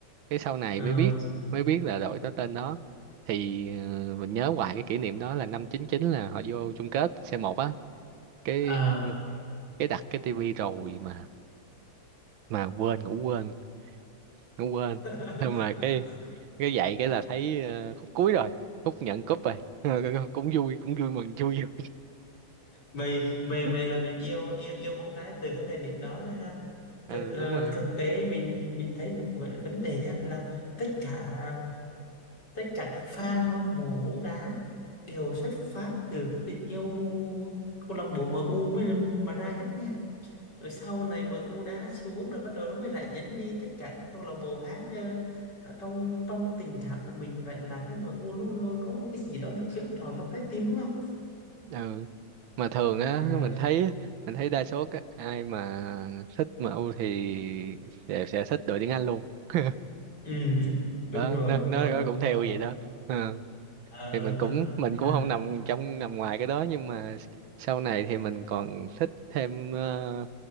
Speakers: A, on the right (about 80°); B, on the left (about 60°).
A: cái sau này
B: ừ
A: mới biết mới biết là đội đó tên đó thì ờ, mình nhớ hoài cái kỷ niệm đó là năm 99 là họ vô chung kết c một á cái
B: à
A: cái đặt cái tivi rồi mà mà quên ngủ quên không quên
B: <laughs>
A: <laughs> nhưng mà cái cái dạy cái là thấy ờ, khúc cuối rồi khúc nhận cúp rồi <laughs> cũng vui cũng vui mừng vui vui
B: vậy vậy
A: <laughs>
B: vậy là mình yêu yêu yêu bóng đá từ cái thời điểm đó đó ha
A: ừ
B: thực ờ,
A: đúng rồi
B: thực tế mình mình thấy một v- vấn đề á, là tất cả tất cả các fan hâm mộ bóng đá đều xuất phát từ cái tình yêu câu lạc bộ MU mới mà ra hết nha rồi sau này MU đá xuống rồi bắt đầu nó mới rải nhánh đi tất cả các câu lạc bộ khác chứ Ở trong trong tình cảm của mình vậy là cái MU luôn luôn có một cái gì đó nó chiếm trọn trong trái tim đúng không
A: ừ mà thường á
B: Ờ,
A: mình thấy mình thấy đa số các ai mà thích MU thì sẽ sẽ thích đội tuyển Anh luôn <laughs>
B: ừ đúng
A: đó
B: rồi
A: nó,
B: đúng
A: nó
B: rồi
A: nó
B: đúng
A: cũng
B: rồi
A: theo vậy đó ừ.
B: Ờ.
A: thì mình
B: <laughs>
A: cũng mình cũng không nằm trong nằm ngoài cái đó nhưng mà sau này thì mình còn thích thêm ờ,